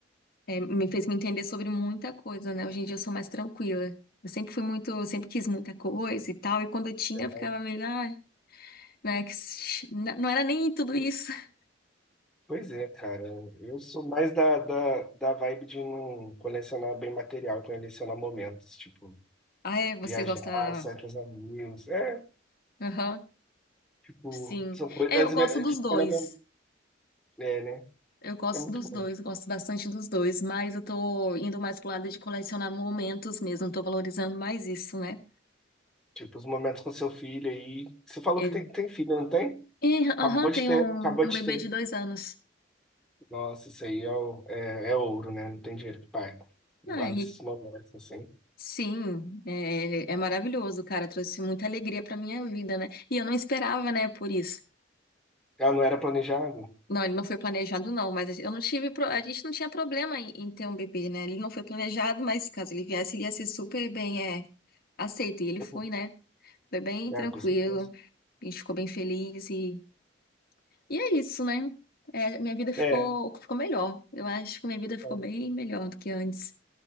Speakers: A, on the left; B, in the centre.
A: é, me fez me entender sobre muita coisa, né? Hoje em dia eu sou mais tranquila. Eu sempre fui muito, eu sempre quis muita coisa e tal, e quando eu tinha,
B: É,
A: eu ficava meio, ah, né, que, s- n- não era nem tudo isso. <laughs>
B: Pois é, cara. Eu sou mais da, da, da vibe de não colecionar bem material, colecionar momentos, tipo.
A: Ah, é, você
B: Viajar,
A: gosta.
B: sair com os amigos. É,
A: Aham,
B: tipo,
A: sim.
B: são coisas
A: É, eu gosto
B: é,
A: dos
B: que fica
A: dois.
B: na mem- É, né?
A: Eu gosto
B: É muito
A: dos
B: bom.
A: dois, gosto bastante dos dois, mas eu tô indo mais pro lado de colecionar momentos mesmo, tô valorizando mais isso, né?
B: Tipo, os momentos com seu filho aí. Você falou
A: É.
B: que tem, tem filho, não tem?
A: E,
B: Acabou
A: aham,
B: de
A: tenho
B: ter,
A: um,
B: acabou de
A: um bebê
B: ter.
A: de dois anos.
B: Nossa, isso aí é, o- é, é ouro, né? Não tem dinheiro que pague. Guarda
A: Ai,
B: esses momentos assim.
A: sim, é, é maravilhoso, cara, trouxe muita alegria pra minha vida, né? E eu não esperava, né, por isso.
B: Ah, não era planejado?
A: Não, ele não foi planejado, não, mas eu não tive, pro- a gente não tinha problema em, em ter um bebê, né? Ele não foi planejado, mas caso ele viesse, ele ia ser super bem, é, aceito, e ele
B: Uhum.
A: foi, né? Foi bem tranquilo.
B: Ah, com certeza.
A: A gente ficou bem feliz e, e é isso, né? É, minha vida ficou,
B: É,
A: ficou melhor. Eu acho que minha vida ficou
B: é.
A: bem melhor do que antes.